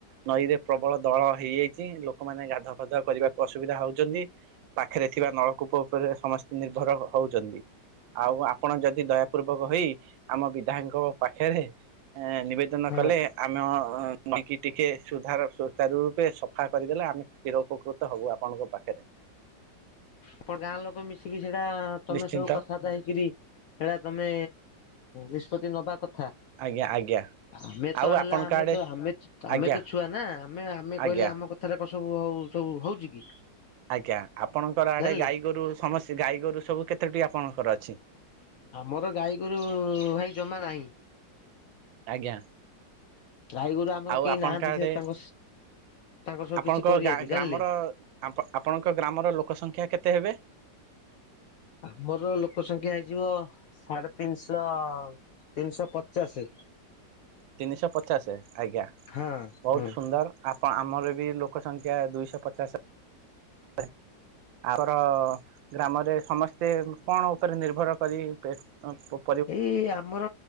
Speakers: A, on the right; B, on the left.
A: ନଈରେ ପ୍ରବଳ ଦଳ ହେଇଯାଇଚି ଲୋକମାନେ ଗାଧୁଆ ଫାଧୁଆ କରିବାକୁ ଅସୁବିଧା ହଉଚନ୍ତି। ପାଖରେ ଥିବା ନଳକୂପ ଉପରେ ସମସ୍ତେ ନିର୍ଭର ହଉଛନ୍ତି। ଆଉ ଆପଣ ଯଦି ଦୟା ପୂର୍ବକ ହୋଇ ଆମ ବିଧାୟକଙ୍କ ପାଖରେ ଏଁ ନିବେ ଦନ
B: ହଁ
A: କଲେ ଆମ ଅଁ ଅଁ ନଇକି ଟିକେ ସୁଧାର ସୁଚାର ରୂପେ ସଫା କରିଦେଲେ ଆମେ ଚିର ଉପକୃତ ହବୁ ଆପଣଙ୍କ ପାଖରେ।
B: ଆପଣ ଗାଁ ଲୋକ ମିଶିକି ସେଇଟା ତମେ
A: ନିଶ୍ଚିନ୍ତ
B: ସବୁ କଥା ବାର୍ତା ହେଇକିରି ହେଇଟା ତମେ ନିଷ୍ପତ୍ତି ନବା କ
A: ଆଜ୍ଞ ଆଜ୍ଞା।
B: ଆମେ
A: ଆଉ
B: ତ ହେଲା
A: ଆପଣଙ୍କ
B: ଆମେ
A: ଆଡେ
B: ତ ଆମେ
A: ଆଜ୍ଞା
B: ଆମେ ତ ଛୁଆ ନା ଆମେ ଆମେ
A: ଆଜ୍ଞା
B: କହିଲେ ଆମ କ ଥରେ କ ସବୁ ହଉ ସବୁ ହଉଛି କି।
A: ଆଜ୍ଞା ଆପଣଙ୍କର
B: ଜାଣିଲେ
A: ଆଡେ ଗାଈ ଗୋରୁ ସମସ୍ ଗାଈ ଗୋରୁ ସବୁ କେତଟି ଆପଣଙ୍କର ଅଛି।
B: ଆମର ଗାଈ ଗୋରୁ ଭାଇ ଜମା ନାହିଁ।
A: ଆଜ୍ଞା।
B: ଗାଈ ଗୋରୁ ଆମର
A: ଆଉ
B: କେହି
A: ଆପଣଙ୍କ
B: ନାହାନ୍ତି
A: ଆଡେ
B: ସେ ତାଙ୍କ ତାଙ୍କର ସବୁ
A: ଆପଣଙ୍କ
B: କିଛି କରିବାକୁ
A: ଗାଁ ଗ୍ରାମର
B: ଜାଣିଲେ।
A: ଆପ୍ ଆପଣଙ୍କ ଗ୍ରାମର ଲୋକ ସଂଖ୍ୟା କେତେ ହେବେ।
B: ଆମର ଲୋକ ସଂଖ୍ୟା ହେଇଯିବ ସାଢେ ତିନିଶହ ତିନିଶହ ପଚାଶ।
A: ତିନିଶହ ପଚାଶ ଆଜ୍ଞା
B: ହଁ
A: ବହୁତ
B: ହଁ।
A: ସୁନ୍ଦର। ଆପଣ ଆମର ବି ଲୋକ ସଂଖ୍ୟା ଦୁଇଶହ ପଚାଶ ହେ ଆମର ଗ୍ରାମରେ ସମସ୍ତେ କଣ ଉପରେ ନିର୍ଭର କରି ପେଟ ଉଁ ପୁ
B: ଏଇ ଆମର